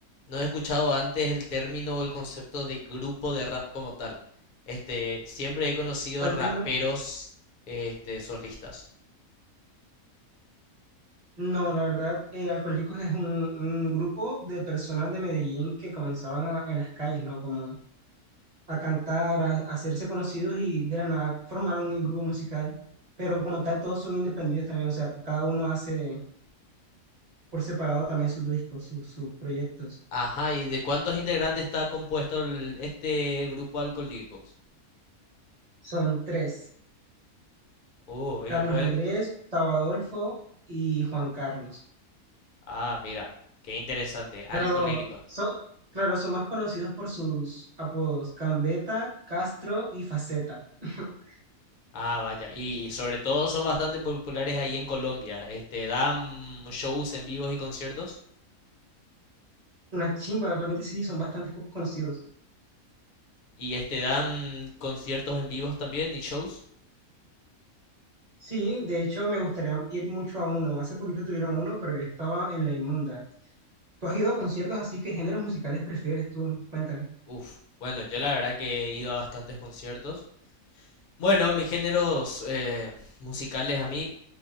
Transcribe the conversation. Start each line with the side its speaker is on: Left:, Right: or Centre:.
Left: no he escuchado antes el término o el concepto de grupo de rap como tal. Este, siempre he conocido
Right: ¿cuál
Left: raperos,
Right: término?
Left: este, solistas.
Right: No, la verdad, eh, Alcohólicos es un, un grupo de personas de Medellín que comenzaban a- en las calles, ¿no? Como a cantar, a, a hacerse conocidos y de la nada formaron un grupo musical. Pero como tal, todos son independientes también, o sea, cada uno hace por separado también sus discos, sus, sus proyectos.
Left: Ajá, ¿y de cuántos integrantes está compuesto el- este grupo Alcolíricos?
Right: Son tres,
Left: Uh,
Right: Carlos
Left: y me puede...
Right: Andrés, Gustavo Adolfo y Juan Carlos.
Left: Ah, mira, qué interesante, Alcolíricos.
Right: Pero son, claro, son más conocidos por sus apodos, Cambeta, Castro y Faceta. <laughs>
Left: Ah, vaya. Y sobre todo son bastante populares ahí en Colombia. Este, dan shows en vivos y conciertos.
Right: Una chimba, realmente sí, son bastante poco conocidos.
Left: Y este, dan conciertos en vivos también y shows.
Right: Sí, de hecho me gustaría ir mucho a uno. Hace poquito tuvieron uno, pero yo estaba en la inmunda. ¿Tú has ido a conciertos así? ¿Qué géneros musicales prefieres tú? Cuéntame.
Left: Uf. Bueno, yo la verdad que he ido a bastantes conciertos. Bueno, mis géneros eh, musicales a mí